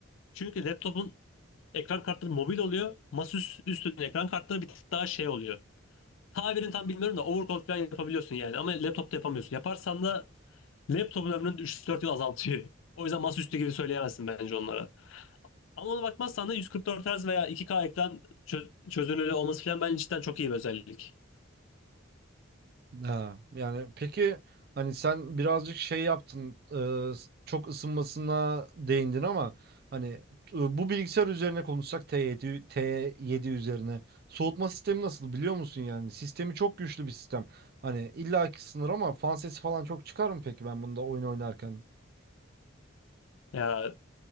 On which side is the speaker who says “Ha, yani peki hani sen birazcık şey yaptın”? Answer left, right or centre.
Right